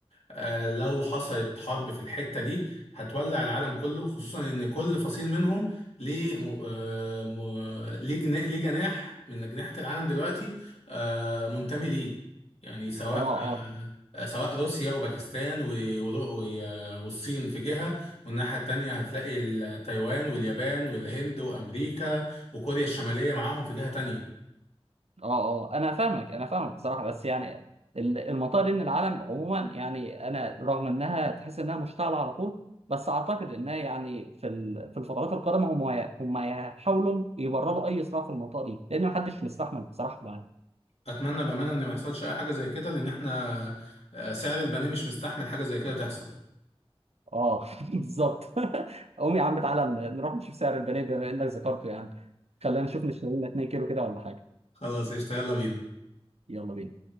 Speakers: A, on the left (about 80°); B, on the right (about 85°).
A: آه، لو حصلت حرب في الحته دي هتولع العالم كله خصوصا ان كل فصيل منهم ليه م- آه، م- ليه جنا- ليه جناح من اجنحه العالم دلوقتي آه، منتمي ليه يعني سواء
B: اه
A: آه، سواء روسيا وباكستان و- ور- و- آه، والصين في جهه والناحية التانية هتلاقي ال- تايوان واليابان والهند وأمريكا وكوريا الشمالية معاهم في جهة تانية
B: اه اه انا فاهمك انا فاهمك بصراحه بس يعني ال- المنطقه دي من العالم عموما يعني انا رغم انها تحس انها مشتعله على طول بس اعتقد انها يعني في ال- في الفترات القادمه هم ي- هم يحاولوا يبرروا اي صراع في المنطقه دي لان محدش مستحمل بصراحه معانا
A: أتمنى بأمانة إن ما يحصلش أي حاجة زي كده لأن إحنا آه، سعر البني مش مستحمل حاجة زي كده تحصل
B: اه <laughs> بالظبط <laughs> قوم يا عم تعالى ن- نروح نشوف سعر البنيه بما انك ذكرته يعني خلينا نشوف نشتري لنا 2 كيلو كده ولا حاجه
A: خلاص قشطة يلا بينا
B: يلا بينا